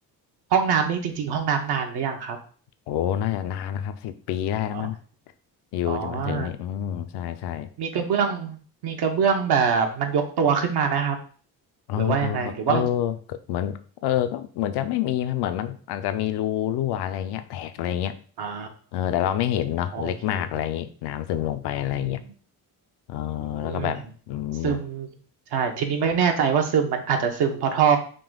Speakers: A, on the right; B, on the left.
A: ห้องน้ำนี่จริงๆห้องน้ำนานหรือยังครับ
B: โอ้น่าจะนานนะครับสิบปีได้แล้วมั้ง
A: อ๋อ
B: อยู่จะมาถึงนี่อืมใช่ใช่
A: อ๋อ มีกระเบื้องมีกระเบื้องแบบมันยกตัวขึ้นมาไหมครับ
B: เออ
A: หรือว่ายังไงหรือว่า
B: เออก็เหมือนเออก็เหมือนจะไม่มีนะเหมือนมันอาจจะมีรูรั่วอะไรเงี้ยแตกอะไรเงี้ย
A: อ๋อ
B: เออแต่เราไม่เห็นเนาะเล็กมากอะไรอย่างงี้น้ำซึมลงไปอะไรเงี้ย
A: โอเคอืม
B: เออแล้วก็แบบอืม
A: อืมซึมใช่ทีนี้ไม่แน่ใจว่าซึมมันอาจจะซึมเพราะท่อ